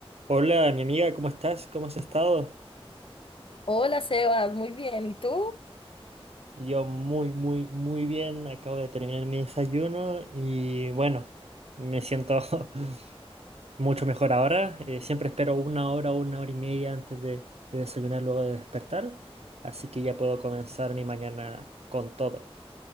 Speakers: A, on the right; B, on the left.
A: Hola, mi amiga, ¿cómo estás? ¿Cómo has estado?
B: Hola Sebas, muy bien. ¿Y tú?
A: Yo muy, muy, muy bien. Acabo de terminar mi desayuno y bueno, me siento <laughs> mucho mejor ahora. Eh, siempre espero una hora o una hora y media antes de, de desayunar luego de despertar, así que ya puedo comenzar mi mañana con todo.